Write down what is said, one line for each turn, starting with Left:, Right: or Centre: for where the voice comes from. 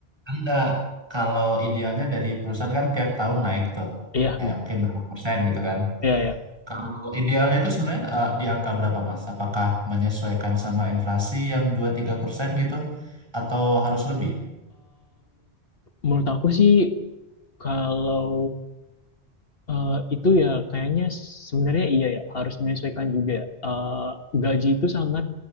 Right: Anda kalau idealnya dari perusahaan kan tiap tahun naik tuh,
Left: Iya,
Right: kayak
Left: bener.
Right: mungkin berapa persen gitu kan?
Left: Iya, ya
Right: Kalau idealnya itu sebenarnya eh, di angka berapa Mas? Apakah menyesuaikan sama inflasi yang dua tiga persen gitu, atau harus lebih?
Left: menurut aku sih Kalau eh, itu ya kayaknya sebenarnya iya ya harus menyesuaikan juga ya. Eh, gaji itu sangat